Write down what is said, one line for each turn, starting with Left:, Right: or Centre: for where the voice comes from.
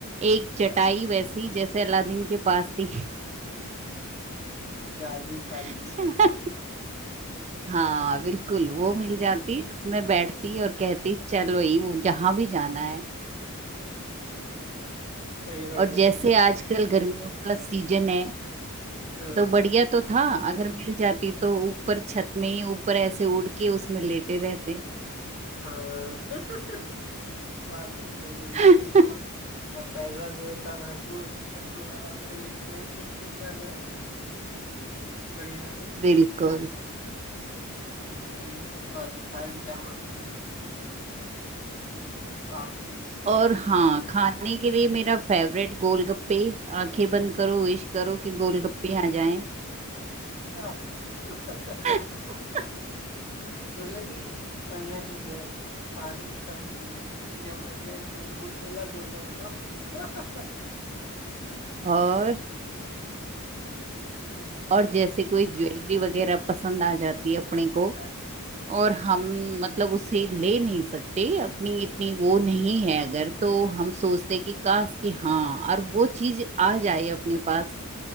Right: एक
Left: अच्छा
Right: चटाई वैसी जैसे अलादीन के पास थी
Left: जादुई कालीन
Right: <laughs> हाँ
Left: है
Right: बिल्कुल वो मिल जाती उसमें बैठती और कहती चलो ये वो जहाँ भी जाना है
Left: सही बढ़िया
Right: और जैसे
Left: है भाई
Right: आजकल गर्मियों का सीजन है
Left: अ,
Right: तो बढ़िया तो था अगर मिल जाती तो ऊपर छत में ही ऊपर ऐसे उड़ के उसमें लेटे रहते
Left: हाँ <laughs> बात तो सही है बिल्कुल
Right: <laughs>
Left: सही और पैसा भी होता भरपूर अपना आराम से लेटे हैं कुछ नहीं कर रहे हैं बढ़िया है भाई
Right: बिल्कुल
Left: मैं भी नहीं सही है और थर्ड क्या मानती है इसे लास्ट मिस
Right: और हाँ खाने के लिए मेरा फेवरेट गोलगप्पे आंखें बंद करो विश करो कि गोलगप्पे आ जाएं
Left: वाह <laughs>
Right: <laughs>
Left: सही मतलब कि बढ़िया चीज है खाने की कमी नहीं होगी कभी जब बन जाए गोल मुंह खुला गोलगप्पा <laughs> सही है
Right: और
Left: नहीं सही है
Right: और जैसे कोई ज्वेलरी वगैरह पसंद आ जाती है अपने को
Left: अरे
Right: और हम मतलब उसे ले नहीं सकते अपनी इतनी वो नहीं है अगर तो हम सोचते कि काश कि हाँ और वो चीज आ जाए अपने पास